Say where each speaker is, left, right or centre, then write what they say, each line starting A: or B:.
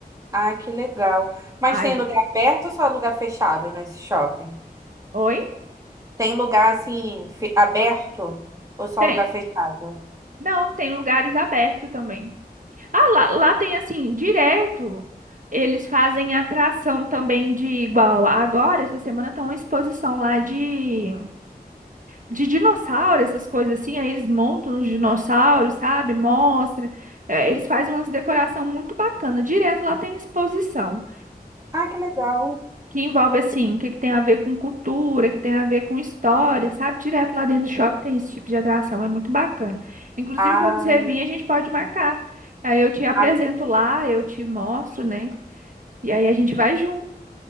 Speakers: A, on the right; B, on the right.
A: Ah, que legal. Mas
B: Aí,
A: tem lugar aberto ou só lugar fechado nesse shopping?
B: oi?
A: Tem lugar assim fe- aberto ou só
B: Tem.
A: lugar fechado?
B: Não, tem lugares abertos também. Ah, lá, lá tem assim, direto. Eles fazem atração também de igual. Agora, essa semana, tá uma exposição lá de, de dinossauro, essas coisas assim. Aí eles montam os dinossauros, sabe? Mostra. É, eles fazem umas decoração muito bacana. Direto lá tem exposição
A: Ah, que legal.
B: que envolve assim, o que, que tem a ver com cultura, que tem a ver com história, sabe? Direto lá dentro do shopping tem esse tipo de atração, é muito bacana. Inclusive,
A: Ah,
B: quando você vir, a gente pode marcar. Aí eu te apresento
A: ah,
B: lá, eu te mostro, né? E aí a gente vai junto.